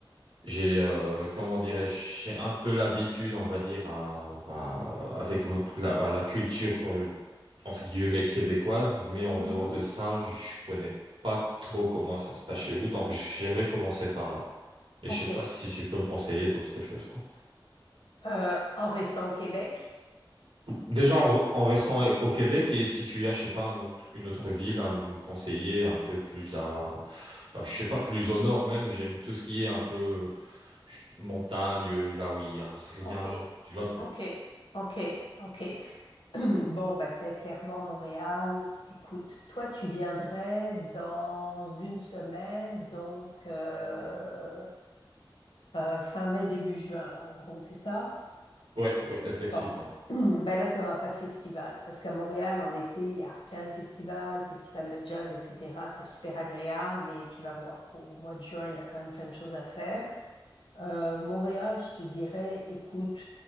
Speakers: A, on the right; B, on the left.
A: j'ai, euh, comment dirais-je, j'ai un peu l'habitude, on va dire, à- bah, avec votre, la, bah, la culture. euh, entre guillemets québécoise, mais en
B: Mhm.
A: dehors de ça, je connais pas trop comment ça se passe chez vous, donc j'aimerais commencer par là. Et
B: OK.
A: je sais pas si tu peux me conseiller d'autres choses, quoi.
B: Euh, en restant au Québec?
A: Déjà en, re- en restant au Québec et si tu as, je sais pas, un autre- une autre ville à me conseiller un peu plus à, bah, je sais pas, plus au nord même, j'aime tout ce qui est un peu ch- montagne, euh, là où il y a rien,
B: OK.
A: tu vois le truc.
B: OK. OK. OK. <clears throat> Bon, bah, tu sais, clairement, Montréal, écoute, toi, tu viendrais dans une semaine, donc euh, euh, fin mai, début juin, là, en gros, c'est ça?
A: Ouais, ouais, effectivement.
B: Bon, <clears throat> ben là, tu n'auras pas de festival, parce qu'à Montréal, en été, il y a plein de festivals, festivals de jazz, etc. C'est super agréable, mais tu vas voir, au mois de juin, il y a quand même plein de choses à faire. Euh, Montréal, je te dirais, écoute,